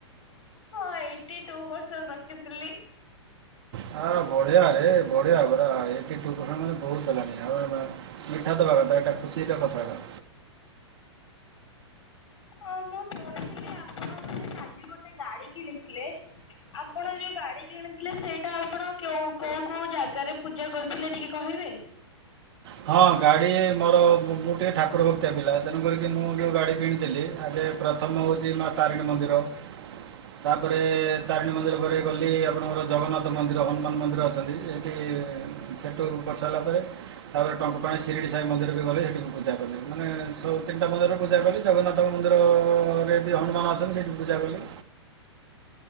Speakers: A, on the left; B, on the right.
A: ହଁ ଏଇଟି ଟୁ ପରସେଣ୍ଟ ରଖିଥିଲି।
B: ହଁ ବଢିଆ ଏ ବଢିଆ ପରା ଏଇଟି ଟୁ ପରସେଣ୍ଟ ମାନେ ବହୁତ ହେଲାଣି। ଆଉ ମିଠା ଦବା କଥା ଏଟା ଖୁସିର କଥା ଟା।
A: ହଁ ମୁଁ ଶୁଣିଥିଲି ଆପଣ ବୋଧେ କାଲି ଗୋଟେ ଗାଡି କିଣିଥିଲେ? ଆପଣ ଯୋଉ ଗାଡି କିଣିଥିଲେ ସେଇଟା ଆପଣ କେଉ କୋଉ କୋଉ ଜାଗାରେ ପୂଜା କରିଥିଲେ ଟିକେ କହିବେ?
B: ହଁ ଗାଡି ମୋର ମୁଁ ମୁଁ ଟେ ଠାକୁର ଭକ୍ତିଆ ପିଲା। ତେଣୁକରିକି ମୁଁ ଯୋଉ ଗାଡି କିଣିଥିଲି ଆଗେ ପ୍ରଥମ ହଉଚି ମା ତାରିଣୀ ମନ୍ଦିର। ତାପରେ ତାରିଣୀ ମନ୍ଦିର ପରେ ଗଲି ଆପଣଙ୍କର ଜଗନ୍ନାଥ ମନ୍ଦିର ହନୁମାନ ମନ୍ଦିର ଅଛନ୍ତି ଇନ୍ତି ସେଠୁ କରିସାରିଲା ପରେ ତାପରେ ଟଙ୍କ ପାଣି ଶିରିଡ଼ି ସାହି ମନ୍ଦିରରେ ଗଲି ହେଠି ବି ପୂଜା କଲି। ମାନେ ସବୁ ତିନିଟା ମନ୍ଦିରରେ ପୂଜା କଲି। ଜଗନ୍ନାଥ ମନ୍ଦିରରେ ବି ହନୁମାନ ଅଛନ୍ତି ସେଇଠି ପୂଜା କଲି।